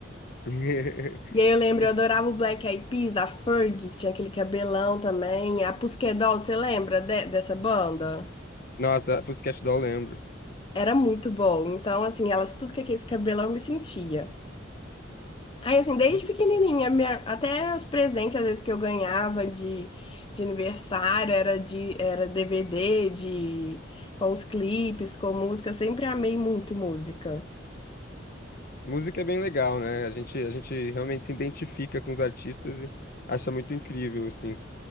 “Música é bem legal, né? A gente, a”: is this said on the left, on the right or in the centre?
Left